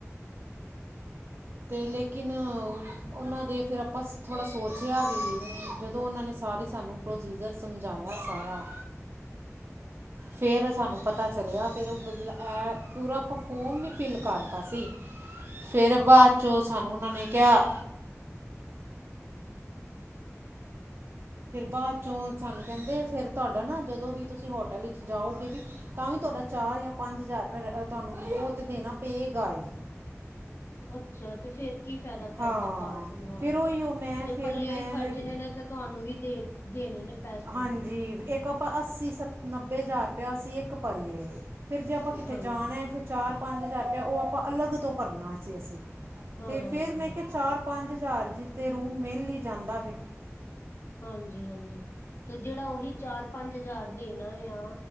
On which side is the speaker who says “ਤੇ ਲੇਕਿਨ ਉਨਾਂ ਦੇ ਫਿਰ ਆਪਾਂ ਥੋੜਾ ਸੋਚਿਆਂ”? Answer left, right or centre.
Right